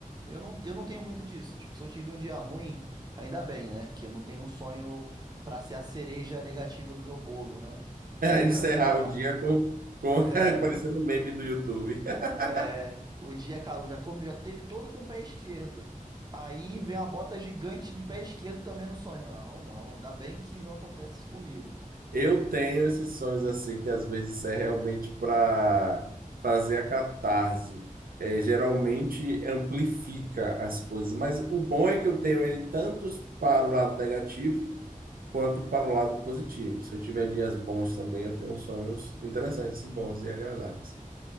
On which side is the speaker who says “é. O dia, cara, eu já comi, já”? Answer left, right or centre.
Right